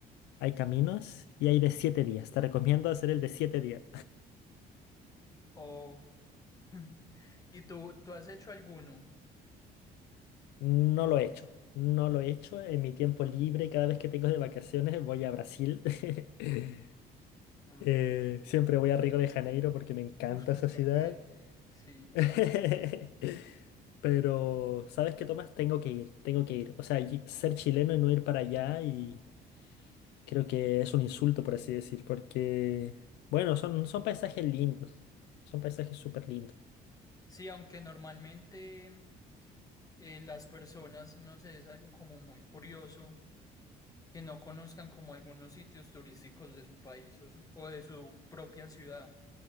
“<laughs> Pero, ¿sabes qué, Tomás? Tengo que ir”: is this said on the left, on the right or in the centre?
Left